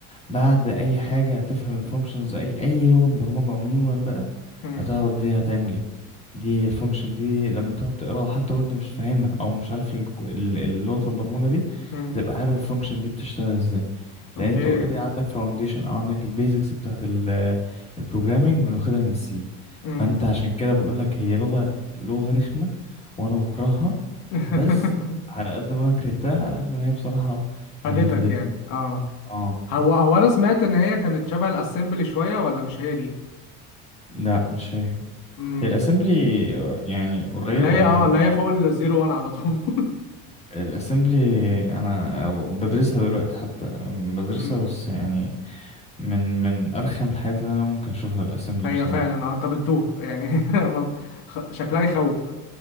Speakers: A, on the left; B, on the left.
A: بعد اي حاجه هتفهم الفانكشنز اي اي لغه برمجه عموما بقى
B: مم،
A: هتعرف دي هتعمل ايه دي الفانكشن دي لما تقعد تقراها حتى وانت مش فاهمها او مش عارف ال- ال- ال- لغه البرمجه دي
B: مم.
A: هتبقى عارف الفانكشن دي بتشتغل ازاي لان
B: اوكي
A: انت اوريدي عندك فاونديشن او عندك البيزكس بتاعت البروجرامنج بناخدها من سي
B: مم.
A: فانت عشان كده بقولك هي لغه لغه رخمه وانا بكرهها
B: <laughs>
A: بس على قد ما انا كرهتها على قد ما هي بصراحه
B: فادتك
A: يعني فادت
B: يعني اه
A: اه
B: هو هو انا سمعت ان هي كانت شبه الاسمبلي شوية ولا مش هي دي
A: لا مش هي
B: مم.
A: هي الاسمبلي يعني قريبة
B: اللي هي
A: يعني
B: اه اللي هي فوق الزيرو وان على طول <laughs>
A: الاسمبلي انا بدرسها دلوقتي حتى بدرسها
B: مم.
A: بس يعني من من ارخم الحاجات اللي انا ممكن اشوفها الاسمبلي
B: هي
A: بصراحة
B: فعلا اه انت بتتوه يعني <laughs> ما- خ- شكلها يخوف